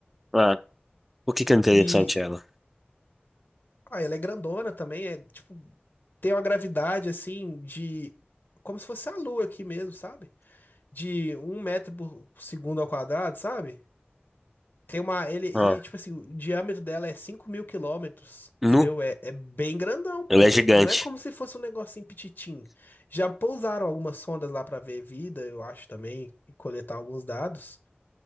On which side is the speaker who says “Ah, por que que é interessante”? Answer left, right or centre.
Centre